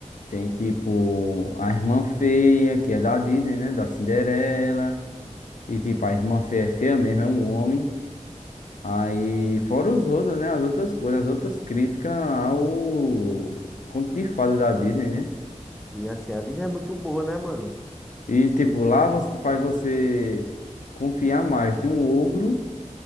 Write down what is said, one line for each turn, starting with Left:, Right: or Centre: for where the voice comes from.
Left: Tem tipo a Irmã Feia, que é da Disney, né? Da Cinderela. E tipo, a Irmã Feia é feia mesmo, é um homem. Aí, fora os outros, né? As outras coisas, as outras críticas ao conto de fada da Disney, né?
Centre: E assim, a Disney é muito boa, né, mano?
Left: E tipo, lá você, faz você confiar mais num ogro,